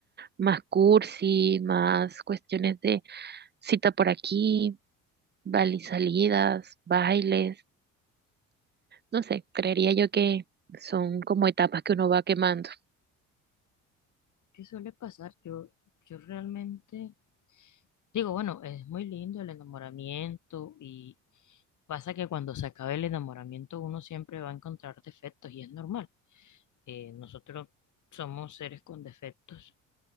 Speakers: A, on the right; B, on the left.
A: más cursi, más cuestiones de cita por aquí, bal- y salidas, bailes, no sé, creería yo que son como etapas que uno va quemando.
B: ¿Qué suele pasar? Yo, yo realmente digo, bueno, es muy lindo el enamoramiento y pasa que cuando se acabe el enamoramiento uno siempre va a encontrar defectos y es normal. Eh, nosotros somos seres con defectos